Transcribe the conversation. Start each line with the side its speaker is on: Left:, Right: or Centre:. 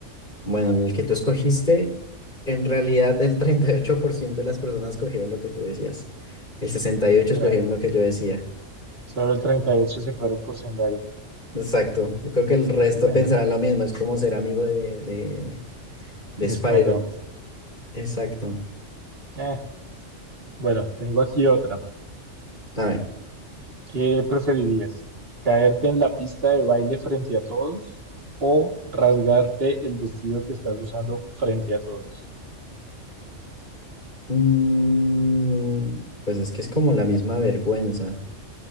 Left: Bueno, en el que tú escogiste, en realidad el 38% de las personas escogieron lo que tú decías. El 68
Right: sea,
Left: escogieron lo que yo decía.
Right: solo el 38 se fueron por Zendaya.
Left: Exacto. Yo creo que el resto
Right: Bueno,
Left: pensarán lo mismo, es como ser amigo de, de, de
Right: y
Left: Spider-Man.
Right: Spider-Man.
Left: Exacto.
Right: Eh, bueno, tengo aquí otra.
Left: A ver,
Right: ¿Qué preferirías? ¿Caerte en la pista de baile frente a todos o rasgarte el vestido que estás usando frente a todos?
Left: Mm, Pues es que es como la misma vergüenza,